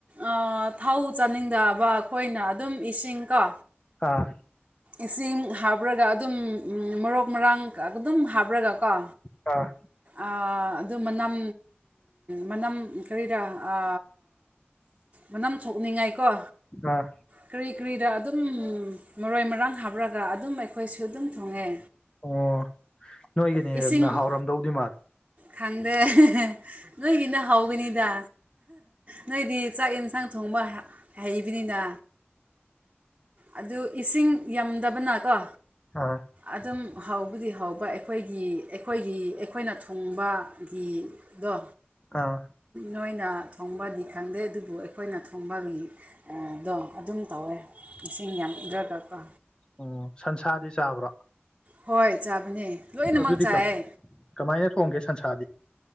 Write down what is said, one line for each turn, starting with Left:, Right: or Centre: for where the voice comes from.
Right: ꯑꯥ ꯊꯧ ꯆꯥꯅꯤꯡꯗꯕ ꯑꯩꯈꯣꯏꯅ ꯑꯗꯨꯝ ꯏꯁꯤꯡ ꯀꯣ
Left: ꯑꯥ
Right: ꯏꯁꯤꯡ ꯍꯥꯞꯄ꯭ꯔꯒ ꯑꯗꯨꯝ ꯃꯔꯣ ꯃꯔꯥꯡ ꯑꯗꯨꯝ ꯍꯥꯞꯄ꯭ꯔꯒ ꯀꯣ
Left: ꯑꯥ
Right: ꯑꯥ ꯑꯗꯨ ꯃꯅꯝ ꯃꯅꯝ ꯀꯔꯤꯔ꯭ ꯑꯥ ꯃꯅꯝ ꯊꯣꯛꯅꯤꯡꯉꯥꯏꯀꯣ
Left: ꯑꯥ
Right: ꯀꯔꯤ ꯀꯔꯤꯔ ꯑꯗꯨꯝ ꯃꯔꯣꯏ ꯃꯔꯥꯡ ꯍꯥꯞꯔꯒ ꯑꯗꯨꯝ ꯑꯩꯈꯣꯏꯁꯨ ꯑꯗꯨꯝ ꯊꯣꯡꯉꯦ
Left: ꯑꯣ ꯅꯣꯏꯒꯤꯅꯦ
Right: ꯏꯁꯤꯡ
Left: ꯍꯦꯟꯅ ꯍꯥꯎꯔꯝꯗꯧꯗꯤ ꯃꯥꯜꯂꯦ
Right: ꯈꯪꯗꯦ ꯅꯣꯏꯒꯤꯅ ꯍꯥꯎꯒꯅꯤꯗ ꯅꯣꯏꯗꯤ ꯆꯥꯛ ꯌꯦꯟꯁꯥꯡ ꯊꯣꯡꯕ ꯍꯥ ꯍꯩꯕꯅꯤꯅ ꯑꯗꯨ ꯏꯁꯤꯡ ꯌꯥꯝꯗꯕꯅꯀꯣ
Left: ꯑ
Right: ꯑꯗꯨꯝ ꯍꯧꯕꯗꯤ ꯍꯧꯕ ꯑꯩꯈꯣꯏꯒꯤ ꯑꯩꯈꯣꯏꯒꯤ ꯑꯩꯈꯣꯏꯅ ꯊꯨꯡꯕ ꯒꯤꯗꯣ
Left: ꯑꯥ
Right: ꯅꯣꯏꯅ ꯊꯣꯡꯕꯗꯤ ꯈꯪꯗꯦ ꯑꯗꯨꯕꯨ ꯑꯩꯈꯣꯏꯅ ꯊꯣꯡꯕꯒꯤ ꯗꯣ ꯑꯗꯨꯝ ꯇꯧꯋꯦ ꯑꯦꯁꯤꯪ ꯌꯥꯝꯗ꯭ꯔꯒꯀꯣ
Left: ꯎꯝ ꯁꯟꯁꯥꯗꯤ ꯆꯥꯕ꯭ꯔꯥ
Right: ꯍꯣꯏ ꯆꯥꯕꯅꯦ ꯂꯣꯏꯅꯃꯛ
Left: ꯑꯗꯨꯗꯤ
Right: ꯆꯥꯏꯌꯦ
Left: ꯀꯃꯥ ꯀꯃꯥꯏꯅꯥ ꯊꯣꯡꯒꯦ ꯁꯟꯁꯥꯗꯤ